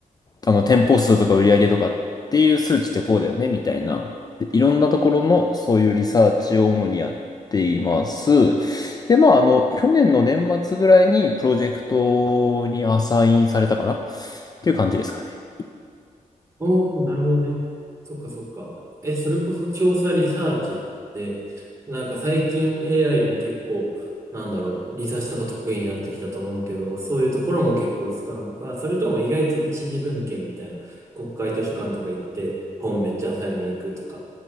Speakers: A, on the left; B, on the right.
A: あの、店舗数とか売り上げとかっていう数値ってこうだよね、みたいな。でいろんなところのそういうリサーチを主にやっています。で、まあ、あの、去年の年末ぐらいにプロジェクトにアサインされたかなっていう感じですかね。
B: おお、なるほどね。そっかそっか。え、それこそ調査リサーチって、なんか最近 AI も結構、なんだろう、リサーチとか得意になってきたと思うけど、そういうところも結構使うのか、それとも意外と一次文献みたいな、国会図書館とか行って本めっちゃ漁りに行くとか、